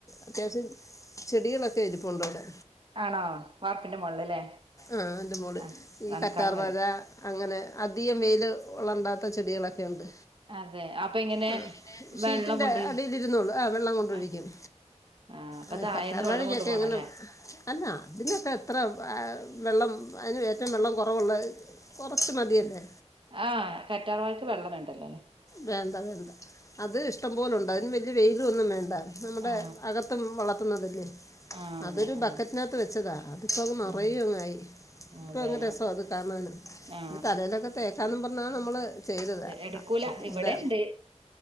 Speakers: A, on the left; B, on the right.
A: അത്യാവശ്യം ചെടികളൊക്കെ ഇരിപ്പുണ്ടവിടെ
B: ആണോ വാർപ്പിന്റെ മോളിലല്ലേ
A: ആഹ് അത് മോള്
B: ആ
A: ഈ
B: നനക്കാൻ
A: കറ്റാർവഴ
B: കേറും
A: അങ്ങനെ അധികം വെയില് ഉള്ളണ്ടാത്ത ചെടിക്കളൊക്കെണ്ട്
B: അതെ അപ്പൊ ഇങ്ങനെ
A: ആഹ് ഷീറ്റിന്റെ
B: വെള്ളം കൊണ്ട്
A: അടിയിലിരുന്നോളും ആഹ് വെള്ളം കൊണ്ടൊയിക്കും
B: ആ ആ അപ്പൊ
A: ആഹ്
B: താഴേന്ന്
A: കറ്റാർവാഴ
B: വെള്ളം കൊണ്ടു
A: കെയ്റ്റിവെക്കണം
B: പോണല്ലേ
A: അല്ല ഇതിനൊക്കെ എത്ര ആ വെള്ളം അതിനേറ്റം വെള്ളം കുറവുള്ളത് കുറച്ച് മതിയല്ലേ
B: ആ കറ്റാർവായക്ക് വെള്ളം വേണ്ടല്ലേ
A: വേണ്ട വെണ്ട അത് ഇഷ്ടം പോലുണ്ട് അതിന് വലിയ വെലൊന്നും വേണ്ട നമ്മുടെ
B: ആ
A: അകത്തും വളർത്തുന്നതല്ലേ
B: ആ അതെ
A: അതൊരു
B: ആ
A: ബക്കറ്റിനകത്ത് വെച്ചതാ അതിപ്പോ നരയ്യെങ്
B: ഉം
A: യി, ഇപ്പൊ
B: അതെ
A: അങ്ങ് രസവ അത് കാണാനും
B: ആ
A: ഇത് തലയിലൊക്കെ തേക്കന്ന് പറഞ്ഞാണ് നമ്മള് ചെയ്തത
B: എടുക്കൂല ഇവിടെ
A: എന്താ
B: ഉണ്ട്